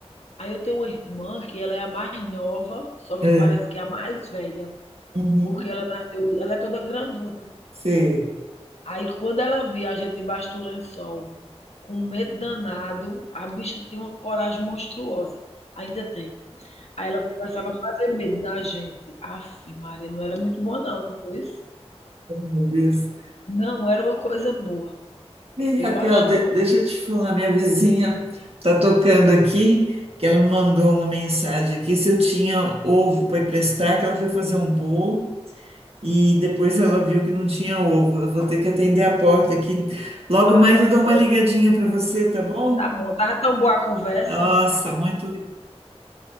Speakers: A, on the left; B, on the right.
A: aí eu tenho uma irmã que ela é a mais nova, só que
B: É.
A: parece que é a mais velha,
B: Uhum.
A: porque ela nasceu, ela é toda grandona.
B: Sei,
A: Aí quando ela via a gente embaixo do lençol, com um medo danado, a bicha tinha uma coragem monstruosa. Ainda tem. Aí ela começava a fazer medo na gente. Aff, Maria, não era muito boa não, isso.
B: meu Deus.
A: Não era uma coisa boa.
B: Ei,
A: Eu
B: Raquel,
A: achava.
B: de- deixa eu te falar, minha vizinha tá tocando aqui, que ela me mandou uma mensagem aqui se eu tinha ovo para emprestar, que ela foi fazer um bolo e depois ela viu que não tinha ovo. Eu vou ter que atender a porta aqui. Logo
A: Ah,
B: mais
A: tá
B: eu
A: certo.
B: dou uma ligadinha para você, tá bom?
A: Tá bom, tava tão boa a conversa.
B: Nossa, muito